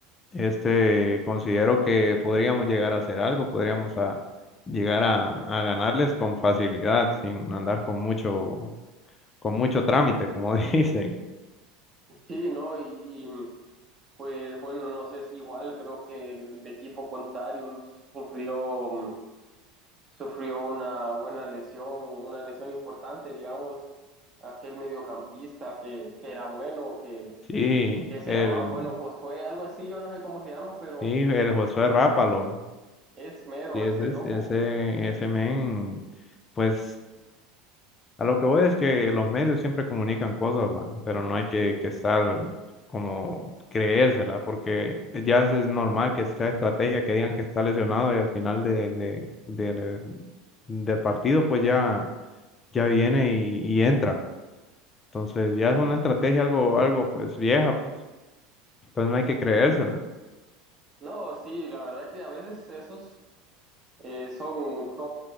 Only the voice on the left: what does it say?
Este, considero que podríamos llegar a hacer algo, podríamos a- llegar a, a ganarles con facilidad, sin andar con mucho, con mucho trámite, como <laughs> dicen.
Sí,
el,
sí, el Josué
Rápalo,
sí, ese,
es- ese, ese men, pues A lo que voy es que los medios siempre comunican cosas, ¿va? Pero no hay que, que estar como creérsela, porque ya es normal que sea estrategia, que digan que está lesionado y al final de, de- del del partido pues ya, ya viene y, y entra. Entonces ya es una estrategia algo, algo pues vieja, pues. Entonces no hay que creérsela.